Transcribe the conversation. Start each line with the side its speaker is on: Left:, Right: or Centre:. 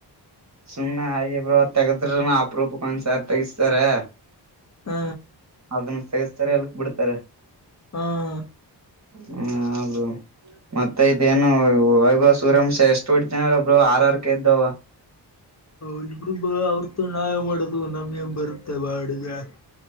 Right: ಸುಮ್ಮ್ನೆ ಹಾಗೆ ಬ್ರೋ ತಗದ್ರುನು ಅಪರೂಪಕ್ ಒಂದ್ಸಾರಿ ತಗಸ್ತಾರೆ.
Left: ಹ್ಮ
Right: ಅದನ್ನ ತೆಗೆಸ್ತಾರೆ ಎಲ್ಕ್ ಬಿಡ್ತಾರೆ.
Left: ಹ್ಮ್
Right: ಹೂ ಹಾ ಬ್ರೋ. ಮತ್ತೆ ಇದೇನು ವೈಭವ್ ಸೂರ್ಯವಂಶಿ ಎಷ್ಟು ಹೊಡಿತನ ಬ್ರೋ ಆರರ್ಕ ಇದ್ದವ
Left: ಹ ಬಿಡು ಅವರದು ತಗೊಂಡು ನಾವ್ ಎನ್ ಮಾಡೋದು ನಮ್ಗೆ ಬರುತ್ತೆ ಬಾಡಿಗೆ.